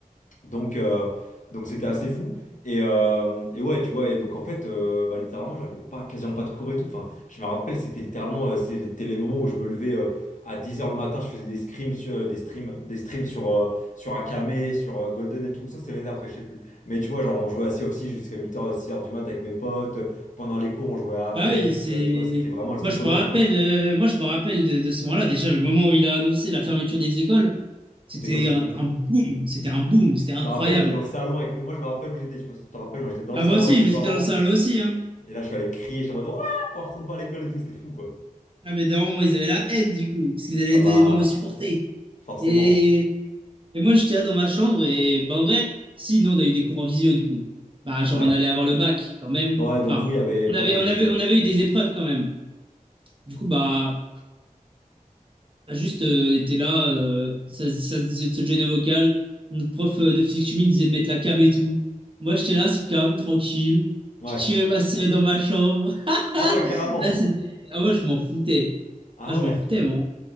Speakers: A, on the left; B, on the right.
A: Donc, euh, donc c'était assez fou. Et, euh, et ouais, tu vois, et donc en fait, euh, bah, littéralement, j'avais pas, quasiment pas de cours et tout. Enfin, je me rappelle, c'était littéralement, euh, c'était les moments où je me levais euh, à dix heures le matin, je faisais des streams sur, euh, des streams, des streams sur, euh, sur Akame, sur euh, Golden et tout. Ça, c'était l'année d'après, je sais plus. Mais tu vois, genre, on jouait à Sea of Thieves jusqu'à huit heures six heures du mat avec mes potes. Pendant les cours, on jouait à Apex.
B: Ah oui, c'est.
A: euh, Tu vois, c'était vraiment, c'était
B: Moi, je
A: le bonheur,
B: me rappelle,
A: quoi.
B: euh, moi, je me rappelle de, de ce moment-là. Déjà, le moment où il a annoncé la fermeture des écoles, c'était
A: On était comme des
B: un,
A: fous.
B: un boom. C'était un boom. C'était incroyable.
A: Je me rappelle, j'étais dans le salon avec. mes- Moi, je me rappelle où j'étais. Je sais pas si tu te rappelles, moi, j'étais dans
B: Bah,
A: le salon
B: moi aussi,
A: avec
B: je
A: mes
B: me
A: parents.
B: suis dans la salle aussi. Hein.
A: Et là, je suis allé crier. J'étais en mode, ouais, on retourne pas à l'école et tout. C'était fou, quoi.
B: Ah, mais d'un moment, ils avaient la haine, du coup, parce qu'ils allaient
A: Ah bah,
B: devoir me supporter.
A: forcément.
B: Et, et moi, j'étais là dans ma chambre. Et bah, en vrai, si, nous, on a eu des cours en visio, du coup. Bah, genre,
A: Ouais.
B: on allait avoir le bac, quand même.
A: Donc, ouais, donc
B: Enfin,
A: vous, il y avait
B: on
A: quand
B: avait,
A: même
B: on
A: obligé,
B: avait, on
A: ouais.
B: avait eu des épreuves, quand même. Du coup, bah. Bah, juste, euh, on était là, euh, ça, ça se disait de se joindre un vocal. Notre prof euh, de physique chimie disait de mettre la cam et tout. Moi, j'étais là sous cam, tranquille.
A: Ouais.
B: Je tirais ma semaine dans ma chambre. <laughs>
A: Ah ouais, carrément.
B: Ah, c'était... ah, moi, je m'en foutais.
A: Ah
B: Ah, je
A: ouais.
B: m'en foutais, moi.